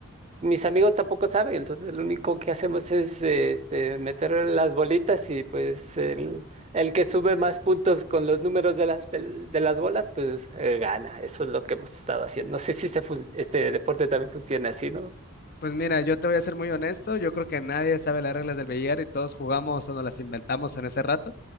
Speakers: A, on the right (about 30°); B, on the left (about 40°).
A: mis amigos tampoco saben, entonces lo único que hacemos es eh, este, meter las bolitas y pues el, el que sube más puntos con los números de las, pel- de las bolas, pues eh, gana, eso es lo que hemos estado haciendo. No sé si este, este deporte también funciona así, ¿no?
B: Pues mira, yo te voy a ser muy honesto, yo creo que nadie sabe las reglas del billar y todos jugamos o nos las inventamos en ese rato.